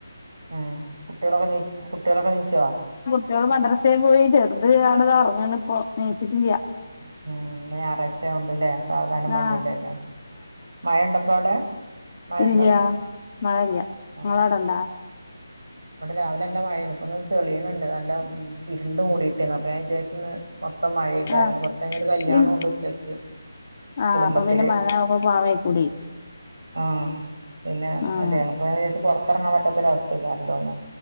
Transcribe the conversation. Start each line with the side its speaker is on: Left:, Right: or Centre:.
Right: ഉം കുട്ടിയേളൊക്കെ നീച്ച് കുട്ടിയേളൊക്കെ നീച്ചോ
Left: കുട്ടിയേള് മദ്രസേ പോയി ചെർത് അവ്ടേതാ ഒർങ്ങാണ്പ്പോ നീച്ചിട്ടില്ല.
Right: ഉം ഇന്ന് ഞാറാഴ്ച്ചാവോണ്ട്ല്ലേ സാവധാനം മതില്ലല്ലോ
Left: ആഹ്
Right: എല്ലാം മഴണ്ടപ്പോ അവിടെ മഴണ്ടോ
Left: ഇല്ല്യാ മഴ ഇല്ല
Right: ആഹ്
Left: ഇങ്ങളവ്ടെണ്ടോ
Right: ഇവിടെ രാവിലല്ലോം മഴെന്നു ഇപ്പൊന്ന് തെളിയ്ണ് ഉണ്ട് നല്ല ഇരുണ്ട് മൂടിയിട്ടേന്നു അപ്പ ഞാൻ വിചാര്ച്ച്ന്ന് മൊത്തം മഴേക്കാരന്ന്
Left: ആഹ്
Right: കൊർച്ചയ്ഞ്ഞൊരു കല്യാണോണ്ട്
Left: ഇൻ
Right: ഉച്ചക്ക്.
Left: ആഹ്
Right: കുടുംബത്തില്
Left: അപ്പൊ പിന്നെ മഴ ആവുമ്പോ പോവാ വൈക്കൂലേ.
Right: ആഹ് പിന്നെ
Left: ആഹ്
Right: അല്ല അപ്പൊ ഞാ വിചാര്ച്ച് പൊർത്തെറങ്ങാൻപറ്റാത്തൊരവസ്ഥക്കാരല്ലോന്ന്